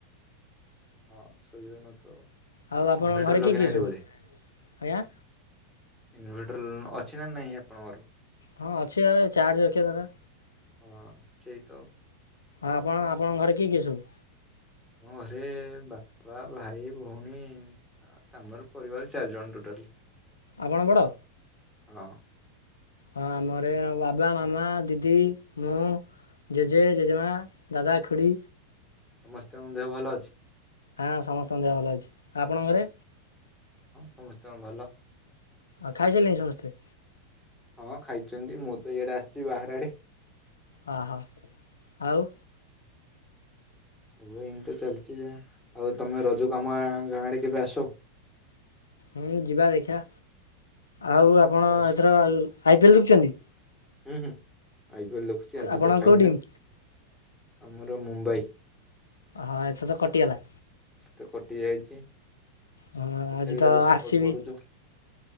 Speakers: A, in the centre; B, on the left.
A: ହଁ ଶୋଇ ହଉନଥିବ।
B: ଆଉ ଆପଣଙ୍କ
A: ଇନଭର୍ଟର
B: ଘରେ କିଏ
A: ଲଗେଇ
B: କିଏ
A: ନାହାଁନ୍ତି
B: ସବୁ?
A: ବୋଧେ?
B: ଆଜ୍ଞା।
A: ଇନଭଟର ଅଛି ନା ନାଇଁ ଆପଣଙ୍କର?
B: ହଁ ଅଛି <unintelligible> ଚାର୍ଜ ରଖିଆ ଦରକାର।
A: ହଁ ସେଇ ତ।
B: ଆଉ ଆପଣ ଆପଣଙ୍କ ଘରେ କିଏ କିଏ ସବୁ?
A: ମୋ ଘରେ ବାପା ଭାଇ ଭଉଣୀ ଆମର ପରିବାର ଚାରିଜଣ ଟୋଟାଲି।
B: ଆପଣ ବଡ?
A: ହଁ।
B: ହଁ ଆମ ଘରେ ବାବା ମାମା ଦିଦି ମୁଁ ଜେଜେ ଜେଜେମା ଦାଦା ଖୁଡ଼ି
A: ସମସ୍ତଙ୍କ ଦେହ ଭଲ ଅଛି?
B: ହଁ ସମସ୍ତଙ୍କ ଦେହ ଭଲ ଅଛି ଆପଣଙ୍କ ଘରେ?
A: ସମସ୍ତଙ୍କ ଭଲ।
B: ଆଉ ଖାଇସାରିଲଣିି ସମସ୍ତେ?
A: ହଁ ଖାଇଛନ୍ତି ମୁଁ ତ ଇଆଡେ ଆସିଛି ବାହାର ଆଡେ
B: ହଁ ହଉ ଆଉ।
A: ହଁ ଏମିତି ତ ଚାଲିଛି ଆଉ ତମେ ରଜକୁ ଆମ ଗାଁ ଆଡ଼େ କେବେ ଆସ।
B: ହୁଁ ଯିବା ଦେଖିବା। ଆଉ ଆପଣ
A: ଆସ
B: ଏଥର ଆଇ ପି ଏଲ ଦେଖୁଛନ୍ତି।
A: ହୁଁ ହୁଁ ଆଇ ପିଏ ଲ ଦେଖୁଛି ଆଜି
B: ଆପଣଙ୍କ
A: ତ ଫାଇନାଲ।
B: କେଉଁ ଟିମ୍
A: ଆମର ମୁମ୍ବାଇ।
B: ହଁ ଏଥ ତ କଟିଗଲା‌।
A: ସେ ତ କଟି ଯାଇଚି ‌।
B: ହଁ
A: ତଥାପି
B: ଆଜି ତ
A: ତାକୁ ସପୋର୍ଟ
B: ଆର୍ ସି
A: କରୁଚୁ।
B: ବି